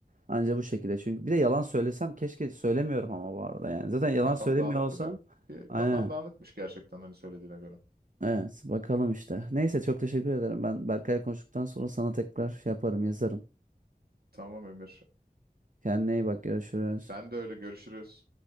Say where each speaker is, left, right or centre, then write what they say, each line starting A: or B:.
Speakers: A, on the right; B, on the right.
A: Anca bu şekilde. Çünkü bir de yalan söylesem keşke söylemiyorum ama bu arada yani. Zaten
B: Ya
A: yalan
B: kafam
A: söylemiyor
B: dağınıktı
A: olsam.
B: da. Ki
A: Aynen.
B: kafan dağınıkmış gerçekten hani söylediğine göre.
A: Evet bakalım işte. Neyse çok teşekkür ederim. Ben Berkay'la konuştuktan sonra sana tekrar şey yaparım yazarım.
B: Tamam Emir.
A: Kendine iyi bak görüşürüz.
B: Sen de öyle görüşürüz.